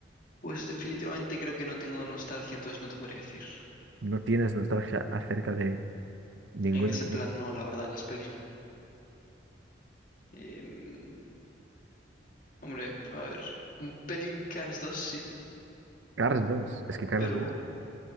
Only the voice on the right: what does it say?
No tienes nostalgia acerca de ninguna.
de
ellas.
Cars 2, es que Cars
2